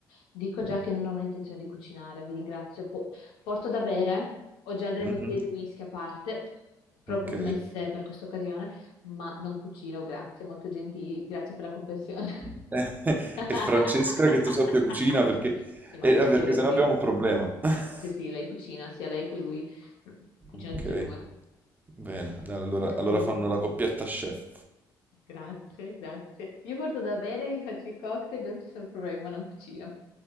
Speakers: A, on the left; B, on the right.
A: Dico già
B: Mm,
A: che non ho intenzione di cucinare, vi ringrazio. Po- porto da bere, ho già delle
B: Mhm,
A: bottiglie di whisky a parte, proprio
B: ok.
A: messe per questa occasione. ma non cucino, grazie, molto gentili, grazie per la comprensione.
B: <laughs>
A: <laughs>
B: E Francesca che tu sappia cucina perché,
A: Sì, ma
B: eh,
A: figurati.
B: perché se no abbiamo un problema. <laughs>
A: Sì, sì, lei cucina, sia lei che lui, cucina
B: Ok.
A: tutti e due.
B: Bene, dai, allora,
A: All-
B: allora fanno la coppietta chef.
A: Grazie, grazie. Io porto da bere, mi faccio i cocktail, non ci sono problemi, ma non cucino.